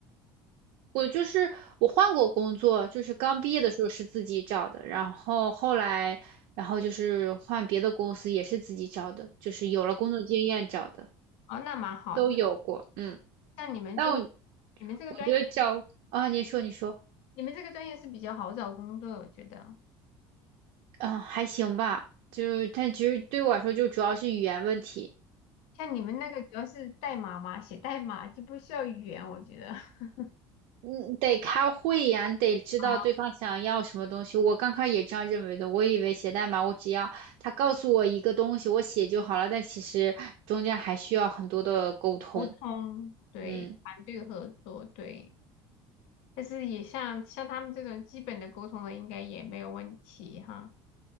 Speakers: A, on the right; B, on the left.
A: 我就是我换过工作，就是刚毕业的时候是自己找的，然后后来，然后就是换别的公司也是自己找的，就是有了工作经验找的，
B: 哦，那蛮好的。
A: 都有过。嗯，
B: 像你们这个，
A: 但我
B: 你们这个专业，
A: 我觉得找啊，你说你说，
B: 你们这个专业是比较好找工作的，我觉得。
A: 嗯，还行吧，就是但其实对我来说就主要是语言问题。
B: 像你们那个主要是代码嘛，写代码就不需要语言，我觉得。<laughs>
A: 嗯，得开会呀，你得知道对方想要什么东西。
B: 啊，
A: 我刚开始也这样认为的，我以为写代码我只要他告诉我一个东西，我写就好了。但其实中间还需要很多的沟通。
B: 沟通，对，
A: 嗯，
B: 团队合作，对。但是也像像他们这种基本的沟通的，应该也没有问题哈。